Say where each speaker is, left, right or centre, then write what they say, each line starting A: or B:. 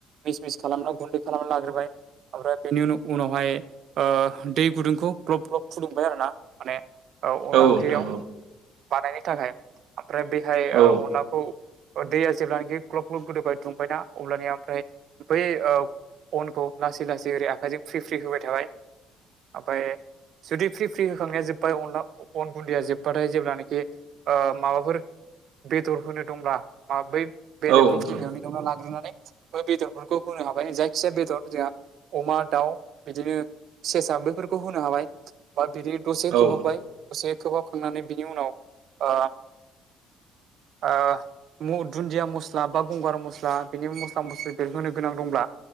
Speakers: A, on the right; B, on the right.
A: मिस मिस खालामनानै गुन्दै खालामना लाग्रोबाय ओमफ्राय बेनि उन उनावहाय ओ दै गुदुंखौ ग्लब ग्लब फुदुंबाय आरो ना माने अनदला
B: औ
A: ओंख्रियाव
B: नोंथां
A: बानायनो थाखाय ओमफ्राय बेहाय
B: औ नोंथां औ
A: अनला खौ दैया जेब्लानोखि ग्लब ग्लब गोदोबाय दुंबायना अब्लानिया ओमफ्राय बै अनखौ लासै लासै ओरै आखाइजों फ्रि फ्रि होबाय थाबाय ओमफ्राय जुदि फ्रि फ्रि होखांनाया जोब्बाय अन अन गुन्दैया जोब्बाथाय जेब्ला ओ माबाफोर बेदर होनो दंब्ला बै बेदरखौ
B: औ नोंथां
A: गिबियावनो एवफ्रामना लाग्रोनानै बे बेदरफोरखौ होनो हाबाय जायखिजाया बेदर जोंहा अमा दाउ बिदिनो सेसा बेफोरखौ होनो हाबाय बा बिदि दसे
B: औ
A: खोबहाबबाय दसे खोबहाबखांनानै बिनि उनाव ओ ओ दुन्दिया मस्ला बा गंगार मस्ला बिनि मस्ला मस्लि होनो गोनां दंब्ला